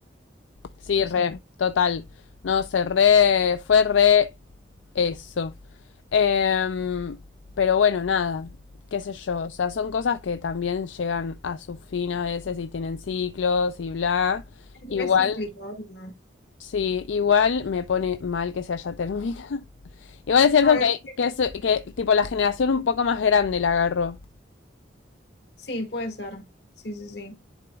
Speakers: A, on the left; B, on the left.
A: sí,
B: no
A: re,
B: sé,
A: total. No sé, re, fue re eso. Em, pero bueno, nada, qué sé yo, o sea, son cosas que también llegan a su fin a veces y tienen ciclos y bla.
B: es
A: Igual,
B: re cíclico, ¿no?
A: Sí, igual me pone mal que se haya terminado. <laughs> Igual es cierto
B: Ay,
A: que,
B: re-
A: hay- que, es- que tipo la generación un poco más grande la agarró.
B: sí, puede ser. Sí, sí, sí.